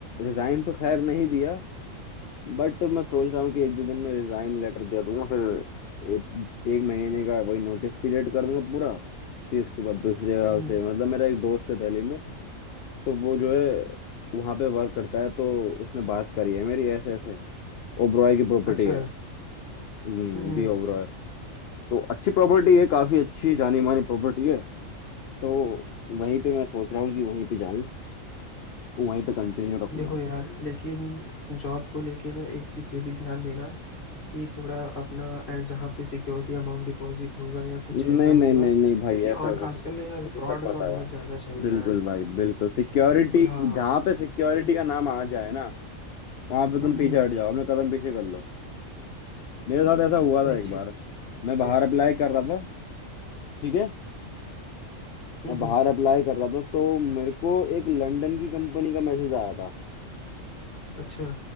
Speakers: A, on the left (about 60°); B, on the left (about 40°).
A: रिजाइन तो खैर नहीं दिया बट मैं सोच रहा हूँ कि एक दो दिन में रिजाइन लेटर दे दूंगा फिर एक एक महीने का वही नोटिस पीरियड करूंगा पूरा फिर इसके बाद दूसरी जगह
B: हम्म हम्म,
A: से मतलब मेरा एक दोस्त है दिल्ली में तो वो जो है वहाँ पे वर्क करता है तो उसने बात करी है मेरी ऐसे ऐसे ओबरॉय की प्रॉपर्टी
B: अच्छा
A: है हम्म
B: हम्म हम्म
A: दी ओबरॉय तो अच्छी प्रॉपर्टी है काफी अच्छी जानी मानी प्रॉपर्टी है तो वहीं पे मैं सोच रहा हूँ कि वहीं पे जाऊँ वहीं पे कंटिन्यू रखूंगा
B: देखो यार लेकिन जॉब को लेके ना एक चीज ये भी ध्यान देना कि थोड़ा अपना एंड जहाँ पे सिक्योरिटी अमाउंट डिपॉजिट होगा या कुछ
A: नहीं
B: ऐसा
A: नहीं
B: होगा
A: नहीं नहीं भाई
B: क्योंकि
A: ऐसा
B: ऑन
A: कुछ
B: आजकल
A: नहीं।
B: ना यार
A: मुझे
B: फ्रॉड
A: सब पता
B: का बहुत
A: है
B: ज्यादा चल
A: बिल्कुल
B: रहा है
A: भाई बिल्कुल सिक्योरिटी
B: हाँ
A: जहाँ पे सिक्योरिटी का नाम आ जाए ना वहां पे तुम
B: हम्म
A: पीछे
B: हम्म
A: हट जाओ अपने कदम पीछे कर लो मेरे साथ ऐसा हुआ
B: वही
A: था एक
B: चीज
A: बार मैं बाहर
B: है
A: अप्लाई कर रहा था ठीक है
B: हम्म
A: मैं बाहर
B: हम्म
A: अप्लाई कर रहा था तो मेरे को एक लंदन की कंपनी का मैसेज आया था
B: अच्छा